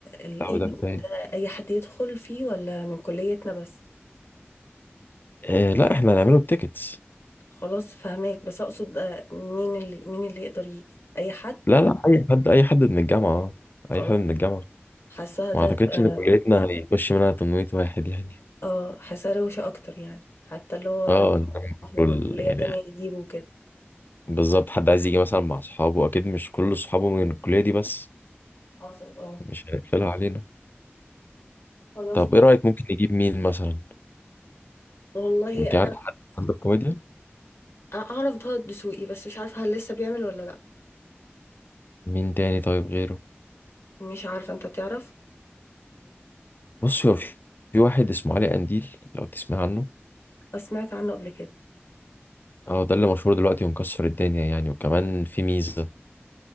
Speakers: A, on the left; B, on the left.
A: الايفنت
B: أو ده كفاية
A: ده اي حد يدخل فيه ولا من كليتنا بس
B: إيه لا احنا هنعمله بتيكتس
A: خلاص فهماك بس اقصد آه، مين اللي مين اللي يقدر يجي اي حد
B: لا لا آه. اي حد اي حد من الجامعه اه
A: خلاص
B: اي حد من الجامعه
A: حاساها ده
B: ما اعتقدش
A: تبقى-
B: ان كليتنا هيخش منها 800 واحد يعني
A: اه حاساها روشة اكتر يعني حتى اللي هو
B: اه إنما
A: صاحبه
B: كل-
A: من كلية
B: يعني
A: تانية يجيبه كده
B: بالظبط حد عايز يجي مثلا مع اصحابه اكيد مش كل اصحابه من الكليه دي بس
A: حصل اه
B: مش هنقفلها علينا
A: خلاص
B: طب ايه رايك ممكن نجيب مين مثلا
A: والله
B: انت عارف حد ستاند اب كوميديان
A: انا اعرف ضغط دسوقي بس مش عارفه هل لسه بيعمل ولا لا
B: مين تاني طيب غيره
A: مش عارفه انت تعرف
B: بص هو في في واحد اسمه علي قنديل لو تسمع عنه
A: بس سمعت عنه قبل كده
B: اه ده اللي مشهور دلوقتي ومكسر الدنيا يعني وكمان في ميزه